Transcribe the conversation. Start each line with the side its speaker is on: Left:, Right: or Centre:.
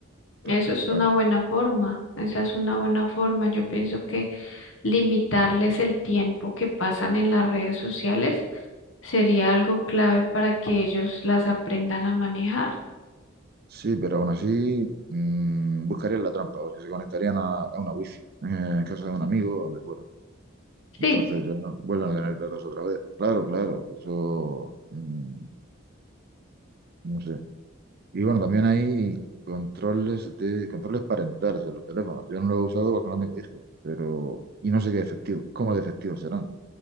Left: Eso
Right: Pa-
Left: es una
Right: pa-
Left: buena forma, esa es una buena forma. Yo pienso que limitarles el tiempo que pasan en las redes sociales sería algo clave para que ellos las aprendan a manejar.
Right: Sí, pero aún así mm, buscarían la trampa, porque se conectarían a, a una wifi, eh, en casa de un amigo o donde fuera. Entonces
Left: Sí,
Right: ya, no, vuelven a tener datos otra vez. Claro, claro, eso mm, no sé. Y bueno, también hay controles de controles parentales en los teléfonos. Yo no lo he usado porque no tengo hijos, pero y no sé qué efectivo, cómo de efectivos serán.